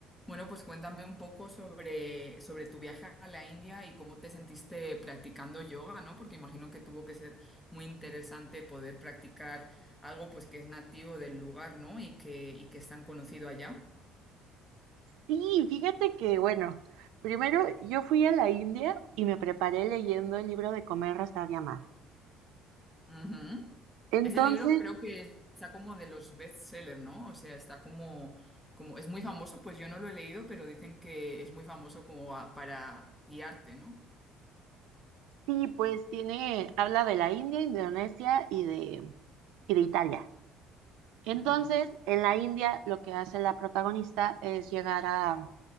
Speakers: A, in the centre; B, on the right.
A: Bueno, pues cuéntame un poco sobre, sobre tu viaje a la India y cómo te sentiste practicando yoga, ¿no? Porque imagino que tuvo que ser muy interesante poder practicar algo pues que es nativo del lugar, ¿no? Y que, y que es tan conocido allá.
B: Sí, fíjate que, bueno, primero yo fui a la India y me preparé leyendo el libro de Comer, Rezar y Amar.
A: Ujú.
B: Entonces,
A: Ese libro creo que está como de los bestsellers, ¿no? O sea, está como, como, es muy famoso, pues yo no lo he leído, pero dicen que es muy famoso como a- para guiarte, ¿no?
B: sí, pues tiene, habla de la India, Indonesia y de, y de Italia. Entonces,
A: Ujú,
B: en la India lo que hace la protagonista es llegar a,